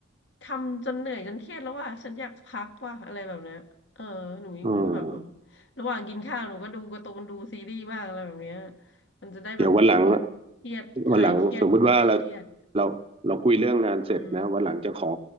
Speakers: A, on the left (about 60°); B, on the right (about 30°).
A: ทำจนเหนื่อยจนเครียดแล้วว่ะฉันอยากพักว่ะอะไรแบบเนี้ยเออหนูยังแบบ
B: อืม
A: ระหว่างกินข้าวหนูก็ดูการ์ตูนดูซีรีส์บ้างอะไรแบบเนี้ยมันจะได้แบบ
B: เดี๋ยววันหลัง
A: เครียดหายเครียดคลายเครียด
B: วันหลังสมมุติว่าเราเราเราคุยเรื่องงานเสร็จนะวันหลังจะขอ
A: อืม